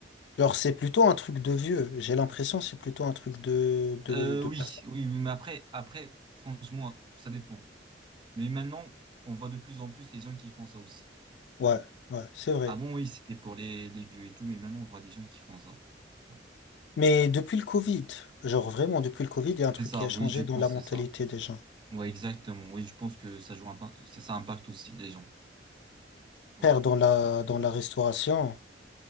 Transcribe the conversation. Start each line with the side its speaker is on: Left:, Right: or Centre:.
Left: Genre, c'est plutôt un truc de vieux. J'ai l'impression que c'est plutôt un truc de, de,
Right: Euh,
Left: de
Right: oui,
Left: personne.
Right: oui, oui, mais après, après, franchement, ça dépend. Mais maintenant, on voit de plus en plus les gens qui font ça aussi.
Left: Ouais, ouais, c'est vrai.
Right: Avant, oui, c'était pour les, les vieux et tout, mais maintenant, on voit des gens qui font ça. Ouais.
Left: Mais depuis le Covid, genre vraiment depuis le Covid, il y a un truc
Right: C'est ça,
Left: qui a changé
Right: oui, je
Left: dans
Right: pense,
Left: la mentalité
Right: c'est ça.
Left: des gens.
Right: Ouais, exactement. Oui, je pense que ça joue un, pa- ça, ça impacte aussi les gens. Ouais,
Left: Faire dans la dans la restauration,